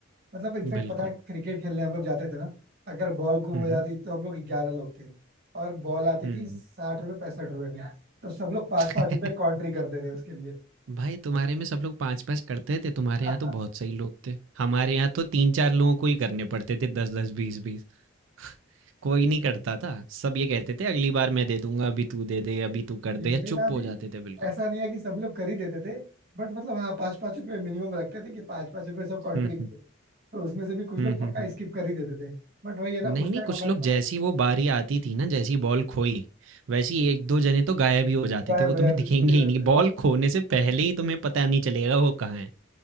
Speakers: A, on the right (about 50°); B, on the right (about 70°).
A: मतलब इनफैक्ट
B: बिल्कुल
A: पता है क्रिकेट खेलने हम लोग जाते थे ना अगर बॉल गुम
B: हम्म
A: हो जाती तो हम लोग ग्यारह लोग थे और बॉल आती
B: हम्म
A: थी साठ रुपए पैंसठ रुपए में तो सब लोग पाँच
B: <laughs>
A: पाँच रुपए कॉन्ट्री करते थे उसके लिए
B: भाई तुम्हारे में सब लोग पाँच पाँच करते थे तुम्हारे
A: <laughs>
B: यहाँ तो
A: हाँ,
B: बहुत सही लोग थे हमारे यहाँ तो तीन चार लोगों को ही करने पड़ते थे दस दस बीस बीस <laughs> कोई नहीं करता था सब ये कहते थे अगली बार मैं दे दूंगा अभी तू दे दे अभी तू कर
A: मेरे
B: दे या
A: यहाँ
B: चुप
A: भी
B: हो जाते थे बिल्कुल
A: ऐसा नहीं है कि सभी लोग कर ही देते थे बट मतलब हाँ पाँच पाँच रुपए मिनिमम रखते थे कि पाँच पाँच रुपए सब कॉन्ट्री
B: हम्म
A: तो
B: हम्म
A: उसमें से भी कुछ
B: हम्म
A: लोग पक्का
B: हम्म
A: स्किप कर ही देते थे बट वही है ना
B: नहीं,
A: उस
B: नहीं,
A: टाइम
B: कुछ
A: हमारे
B: लोग
A: पास
B: जैसी वो बारी आती थी ना, जैसी बॉल खोई, वैसे ही 1-2 जने तो गायब ही हो जाते
A: गायब
B: थे, वो
A: हो
B: तुम्हें
A: जाती
B: <laughs> दिखेंगे
A: थी सही बात
B: ही नहीं,
A: है
B: बॉल खोने से पहले ही तुम्हें पता नहीं चलेगा वो कहाँ है।